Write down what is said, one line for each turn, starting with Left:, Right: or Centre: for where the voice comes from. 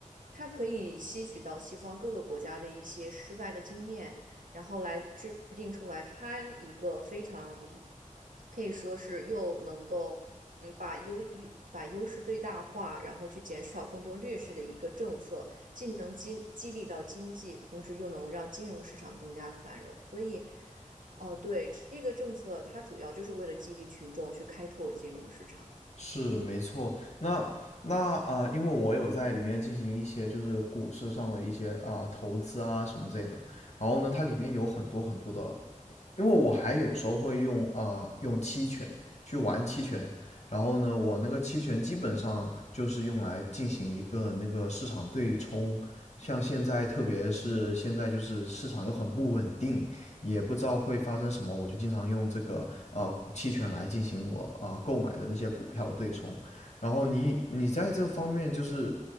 Right: 它可以吸取到西方各个国家的一些失败的经验，然后来制定出来它一个非常可以说是又能够嗯把优优把优势最大化，然后去减少更多劣势的一个政策，既能激激励到经济，同时又能让金融市场更加繁荣，所以。哦，对，这个政策它主要就是为了激励群众去开拓金融市场。
Left: 是没错。那那啊、呃因为我有在里面进行一些就是股市上的一些啊、投资啊什么之类的，然后呢，它里面有很多很多的因为我还有时候会用啊、呃用期权去玩期权，然后呢，我那个期权基本上就是用来进行一个那个市场对冲。像现在，特别是现在就是市场又很不稳定，也不知道会发生什么，我就经常用这个呃期权来进行我啊、呃购买的那些股票的对冲。然后你你在这方面就是